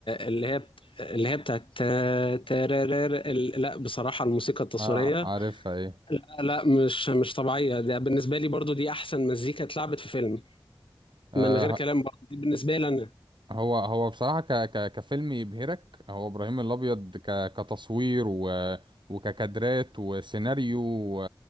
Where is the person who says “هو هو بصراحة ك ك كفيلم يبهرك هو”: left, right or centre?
Right